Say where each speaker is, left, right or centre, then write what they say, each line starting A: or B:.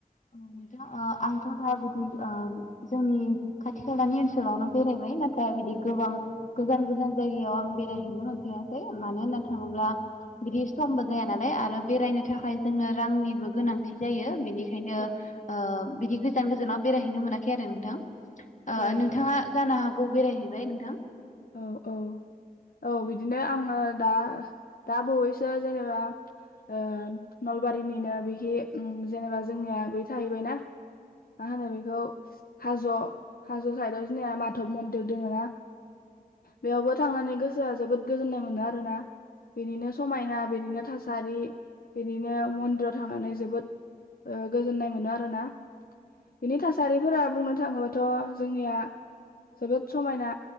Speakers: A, on the left; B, on the left.
A: औ नोंथां आंथ' दा बिदि ओ जोंनि खाथि खालानि ओनसोलावनो बेरायबाय नाथाय बिदि गोबां गोजान गोजान जायगायाव आं बेरायहैनो मोनफेराखै मानो होनना थाङोब्ला बिदि समबो जाया नालाय आरो बेरायनो थाखाय जोंनो रांनिबो गोनांथि जायो बेनि खायनो
B: औ
A: ओ बिदि गोजान गोजानाव बेरायहैनो मोनाखै आरो नोंथां। ओ
B: औ
A: नोंथाङा जानो हागौ औ बेराय हैबाय नोंथां
B: औ औ औ बिदिनो आंङो दा दा बावैसो जेनेबा ओ नलबारिनिनो बिखि ओम जेनेबा जोंनिया बै थाहैबायना मा होनो बेखौ हाज' हाज' साइदआव जोंनिया मधब मन्दिर दोङोना बेयावबो थांनानै गोसोआ जोबोद गोजोननाय मोनो आरोना बेनिनो समायना बेनिनो थास सारि बिदिनो मन्दिराव थांनानै जोबोद ओ गोजोननाय मोनो आरोना बिनि थासारिफोरा बुंनो नो थाङोबाथ' जोंनिया जोबोद समायना